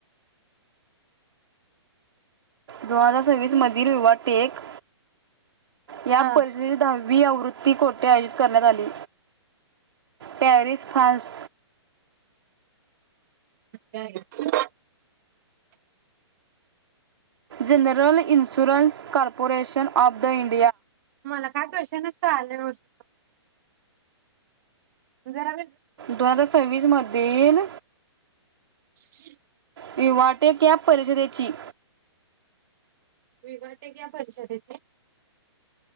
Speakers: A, on the right; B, on the right.
A: दोन हजार सव्वीस
B: हम्म
A: मधील रवाटेक या
B: हा
A: परिषदेची दहावी आवृत्ती ती कोटे आयोजित करण्यात आली. Paris France
B: <inaudible>
A: general insurance corporation of the India
B: मला काय कशा न आले वर्ष जराम
A: दोन हजार सव्वीस मधील
B: ह
A: विवाटे कॅप परिषदेची
B: विभटेक या परिषदेते